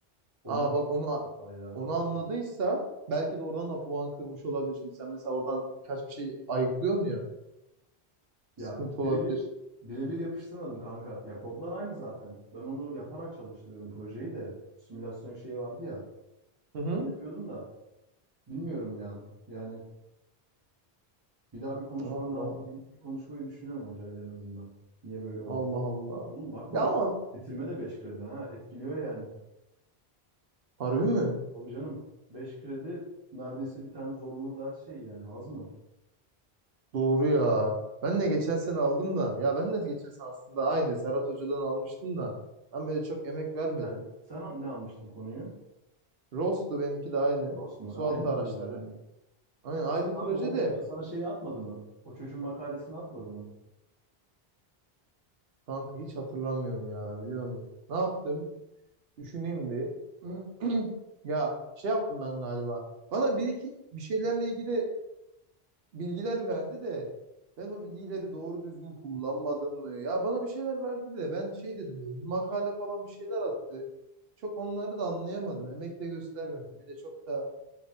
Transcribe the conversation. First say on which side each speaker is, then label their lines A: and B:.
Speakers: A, on the right; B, on the right.
A: Onu
B: Aa
A: mu
B: bak onu
A: acaba ya?
B: onu anladıysa belki de oradan da puan kırmış olabilir. Şimdi sen mesela oradan birkaç bir şey ayıklıyorsun ya.
A: Ya
B: Sıkıntı
A: birebir
B: olabilir.
A: birebir yapıştırmadım kanka. Ya kodlar aynı zaten. Ben onu yaparak çalıştırıyorum projeyi de. Simülasyon şeyi vardı ya.
B: Hı hı.
A: Onu yapıyordum da bilmiyorum ya. Yani bir daha bir konuşmam
B: Allah
A: lazım. Gidip bir konuşmayı düşünüyorum hocayla en azından. Niye böyle oldu?
B: Allah Allah.
A: Oğlum bakma
B: Ya ama
A: bitirme de 5 kredi ha. Etkiliyor yani.
B: harbi mi?
A: Tabii canım. 5 kredi neredeyse bir tane zorunlu ders şeyi yani az mı?
B: Doğru ya. Ben de geçen sene aldım da. Ya ben de geçen sene aslında aynı Serhat Hoca'dan almıştım da. Ben böyle çok emek vermedim.
A: Sen sen al- ne almıştın konuyu?
B: Rostu benimki de aynı.
A: DOS mu?
B: Sualtı
A: E, Aynı
B: araçları.
A: proje yani.
B: Aynı, aynı
A: Tamam
B: proje
A: lan
B: de.
A: hoca sana şeyi atmadı mı? O çocuğun makalesini atmadı mı?
B: Kanka hiç hatırlamıyorum ya biliyor musun? Ne yaptım? Düşüneyim bir. <clears throat> Ya şey yaptım ben galiba. Bana bir iki bir şeylerle ilgili Bilgiler verdi de ben o bilgileri doğru düzgün kullanmadım mı? Ya bana bir şeyler verdi de ben şey dedim böyle bir makale falan bir şeyler attı. Çok onları da anlayamadım. Emek de göstermedim. Bir de çok da